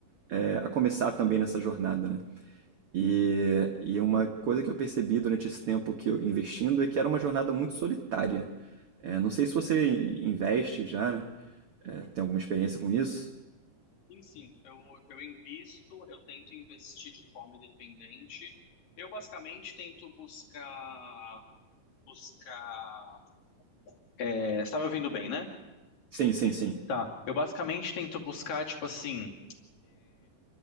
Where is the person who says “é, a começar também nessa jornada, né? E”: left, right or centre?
Right